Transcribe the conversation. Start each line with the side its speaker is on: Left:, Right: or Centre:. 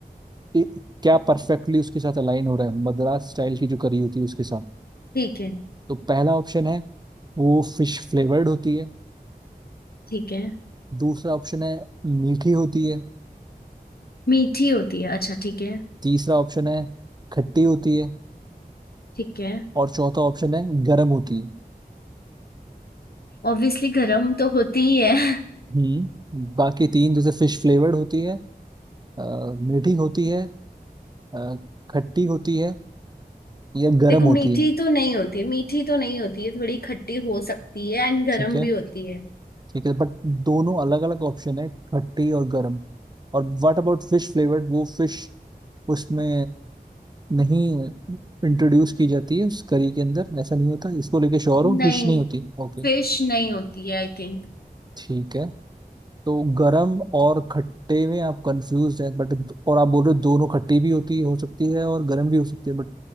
Right: ए- क्या परफेक्टली उसके साथ अलाइन हो रहा है मद्रास स्टाइल की जो करी होती है उसके साथ
Left: ठीक है
Right: तो पहला ऑप्शन है वो फिश फ्लेवर्ड होती है
Left: ठीक है
Right: दूसरा ऑप्शन है मीठी होती है
Left: मीठी होती है अच्छा ठीक है
Right: तीसरा ऑप्शन है खट्टी होती है
Left: ठीक है
Right: और चौथा ऑप्शन है गर्म होती है
Left: ऑब्वियसली गर्म तो होती ही है <laughs>
Right: हम्म बाकी तीन जैसे फिश फ्लेवर्ड होती है अ, मीठी होती है अ, खट्टी होती है या गर्म
Left: देखो
Right: होती
Left: मीठी
Right: है
Left: तो नहीं होती है मीठी तो नहीं होती है थोड़ी खट्टी हो सकती है एंड गर्म
Right: ठीक है
Left: भी होती है
Right: ठीक है बट दोनों अलग अलग ऑप्शन है खट्टी और गर्म और व्हाट अबाउट फिश फ्लेवर्ड वो फिश उसमें नहीं इंट्रोड्यूस की जाती है उस करी के अंदर ऐसा नहीं होता इसको लेके श्योर हो
Left: नहीं
Right: फिश नहीं होती ओके
Left: फिश नहीं होती है आई थिंक
Right: ठीक है तो गरम और खट्टे में आप कंफ्यूज हैं बट और आप बोल रहे हो दोनों खट्टी भी होती हो सकती है और गरम भी हो सकती है बट